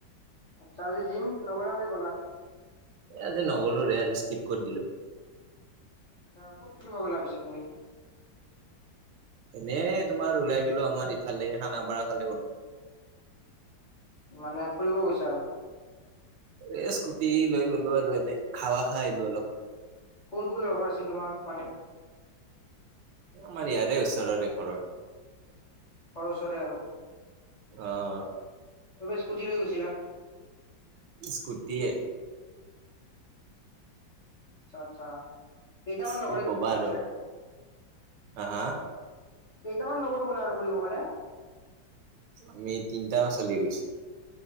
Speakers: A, on the left; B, on the right.
A: আচ্ছা আজি জিম নগ'লা নে গ'লা
B: আজি নগলো ৰে আজি স্কিপ কৰি দিলো।
A: আহ ক'ত ফুৰিব গলা পিছে তুমি?
B: এনে তোমাৰ ওলাই গলো আমাৰ ইফালে খানাপাৰা ফালে গলো।
A: মানে ফুৰিব গৈছে আৰু
B: এ স্কুটি লৈ গলো আৰু এনে হাৱা খাই আহিলো অলপ।
A: কোন কোন লগৰ আছিল তোমাৰ মানে
B: আমাৰয়াৰে ওচৰৰে ঘৰৰ।
A: ঘৰৰ ওচৰে আৰু
B: আহ।
A: ত বছ কুঠিৰ হৈ গৈছিলা?
B: স্কুটীয়ে।
A: আচ্ছা আচ্ছা কেইটামান লগৰ
B: কি
A: গলা
B: কবা আৰু
A: পিছে
B: আহা
A: কেইটামান লগৰ গলা আৰু ফুৰিব কাৰণে।
B: আমি তিনটামান গৈছো।